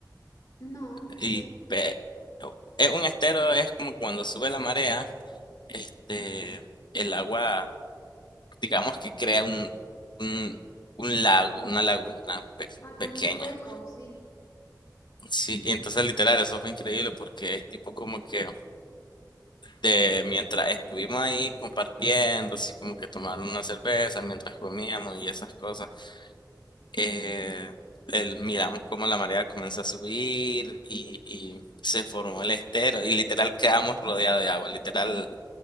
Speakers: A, on the left; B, on the left.
A: no, no
B: Y
A: sé.
B: pe- es un estero es como cuando sube la marea Este, el agua, digamos que crea un, un, un lago, una laguna pe-
A: Ah, como
B: pequeña.
A: un hueco, sí.
B: Sí, y entonces literal, eso fue increíble porque es tipo como que de mientras estuvimos ahí compartiendo, así como que tomando una cerveza mientras comíamos y esas cosas, eh, el- miramos como la marea comenzó a subir y, y se formó el estero y literal quedamos rodeados de agua, literal